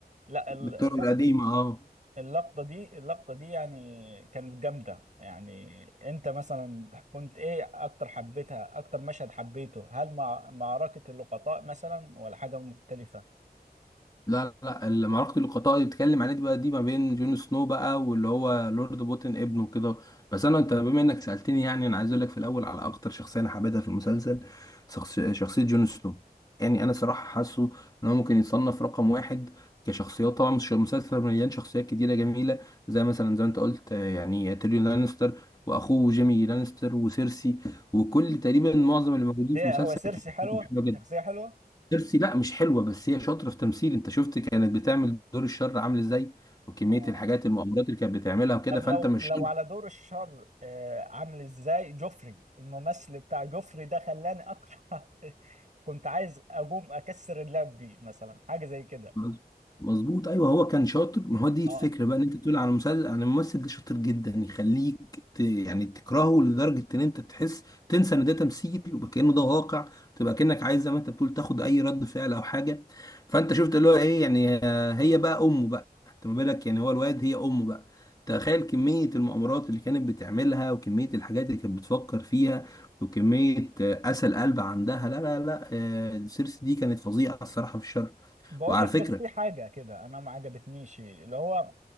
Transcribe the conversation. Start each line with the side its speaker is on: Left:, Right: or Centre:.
Right: لا ال-
Left: بالطرق
Right: اللحظة
Left: القديمه اه
Right: اللقطة دي اللقطة دي يعني كانت جامدة يعني انت مثلا كنت ايه اكتر حبيتها اكتر مشهد حبيته هل مع معركة اللقطاء مثلا ولا حاجة مختلفة
Left: لا لا ال- معركة اللقطاء اللي بتتكلم عليها دي بقى دي ما بين جون سنو بقى واللي هو لورد بوتن ابنه كده بس انا انت بما انك سألتني يعني انا عايز اقول لك في الاول على اكتر شخصية انا حبيتها في المسلسل شخص- شخصية جون سنو يعني انا صراحة حاسه ان هو ممكن يتصنف رقم واحد كشخصيات طبعا مش مسلسل مليان شخصيات كتيرة جميلة زي مثلا زي ما انت قلت آه، يعني تيريون لانستر واخوه جيمي لانستر وسيرسي وكل تقريبا معظم اللي موجودين
Right: ده
Left: في المسلسل
Right: هو سيرسي
Left: كانت
Right: حلوة
Left: شخصيتهم حلوة
Right: شخصية حلوة
Left: ترسي لا مش حلوه بس هي شاطره في تمثيل انت شفت كانت بتعمل دور الشر عامل ازاي وكميه
Right: اه اه
Left: الحاجات المؤامرات اللي كانت بتعملها وكده
Right: طب
Left: فانت
Right: لو
Left: مش
Right: لو على دور الشر آه عامل ازاي جوفري الممثل بتاع جوفري ده خلاني اكره <laughs> كنت عايز اقوم اكسر اللاب بيه مثلا حاجة زي كده
Left: مظ- مظبوط ايوه هو كان شاطر ما هو دي الفكره
Right: اه
Left: بقى ان انت تقول على مسلسل عن الممثل ده شاطر جدا يخليك ت... يعني تكرهه لدرجه ان انت تحس تنسى ان ده تمثيل وكانه ده واقع تبقى كانك عايز زي ما انت بتقول تاخد اي رد فعل او حاجه فانت شفت اللي هو ايه يعني آه، هي بقى امه بقى انت ما بالك يعني هو الواد هي امه بقى تخيل كميه المؤامرات اللي كانت بتعملها وكميه الحاجات اللي كانت بتفكر فيها وكميه آه، قسى القلب عندها لا لا لا آه، سيرسي دي كانت فظيعه الصراحه في الشر
Right: بقول
Left: وعلى
Right: لك
Left: فكرة
Right: بس في حاجة كده أنا ما عجبتنيش اللي هو